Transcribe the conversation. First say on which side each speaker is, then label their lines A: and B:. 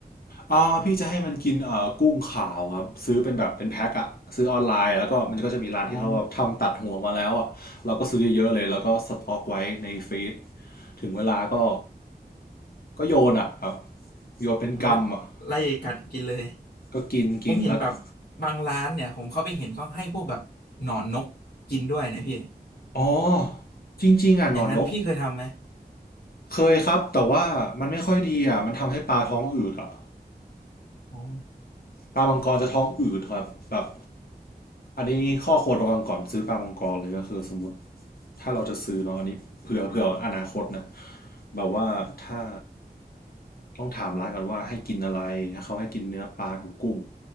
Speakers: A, on the left; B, on the left.
A: อ่าพี่จะให้มันกินเอ่อกุ้งขาวครับซื้อเป็นแบบเป็นแพ็คอะซื้อออนไลน์แล้วก็มันก็จะมีร้านที่เขาแบบทำตัดหัวมาแล้วอะเราก็ซื้อเยอะๆเลยแล้วก็สต็อกไว้ในฟรีซ
B: อ๋อ
A: ถึงเวลาก็ ก็โยนอ่ะแบบโยนเป็นกรรมอ่ะ
B: มันก็ไล่กัดกินเลย
A: ก็กินกินแล้วก็
B: ผมเห็นแบบบางร้านเนี่ยผมเข้าไปเห็นเขาให้พวกแบบหนอนนกกินด้วยนะพี่
A: อ๋อจริงๆอ่ะหนอนนก
B: อย่างนั้นพี่เคยทำไหม
A: เคยครับแต่ว่ามันไม่ค่อยดีอ่ะมันทำให้ปลาท้องอืดอ่ะ
B: อ๋อ
A: ปลามังกรจะท้องอืดครับแบบอันนี้ข้อควรระวังก่อนซื้อปลามังกรเลยก็คือสมมติถ้าเราจะซื้อเนาะอันนี้เผื่อเผื่ออนาคตนะแบบว่าถ้าต้องถามร้านก่อนว่าให้กินอะไรถ้าเขาให้กินเนื้อปลากับกุ้ง